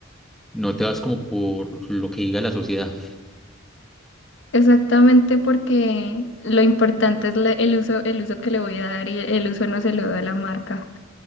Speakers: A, in the centre; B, on the left.
A: no te vas como por lo que diga la sociedad.
B: Exactamente porque lo importante es la- el uso, el uso que le voy a dar y el uso no se lo da la marca.